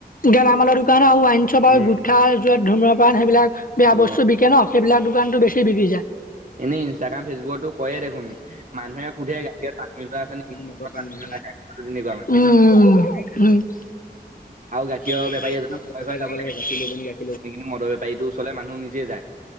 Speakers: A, on the left; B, on the right.
A: গেলামালৰ দোকান আৰু আইন চপ
B: উম
A: গুটখা, যত ধুমপান সেইবাক বেয়া
B: অ
A: বস্তু বিকে ন সেইবিলাক দোকানতো বেছি বিক্ৰী যায়।
B: এনেই ইনষ্টাগ্ৰাম ফেচবুকতো
A: যটো
B: কয়ে
A: কৰে
B: দেখোন
A: দেখ প
B: মানুহে সোধে গাখীৰত পানী মিলোৱা আছে নেকি
A: মগৰ পান
B: পানী
A: বি <unintelligible>
B: মিলোৱা আছে তেনেকুৱা মানে
A: উম উম উম। আৰু গ
B: গাখীৰৰ
A: ঘৰৰ
B: বেপাৰী
A: যাব
B: এজনৰ ঘৰে
A: লাগে
B: ঘৰে যাব
A: গ ল ম
B: কিন্তু মদৰ বেপাৰীটোৰ ওচৰলে মানুহ নিজে যায়